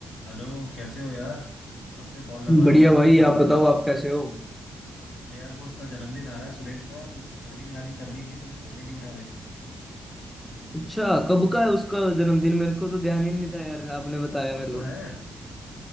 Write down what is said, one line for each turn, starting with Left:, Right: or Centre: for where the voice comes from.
Left: Hello कैसे हो यार कब से कॉल लगा रहा
Centre: बढ़िया
Left: हूँ उठा
Centre: भाई
Left: क्यों नहीं रहे
Centre: आप बताओ आप कैसे हो
Left: अरे यार वो उसका जन्मदिन आ रहा है सुरेश का कुछ प्लानिंग व्लानिंग करनी थी तुम फोन ही नहीं उठा रहे
Centre: अच्छा कब का है उसका जन्मदिन मेरे को तो ध्यान ही नहीं था यार आपने बताया
Left: परसों
Centre: मेरे
Left: ही तो
Centre: को
Left: है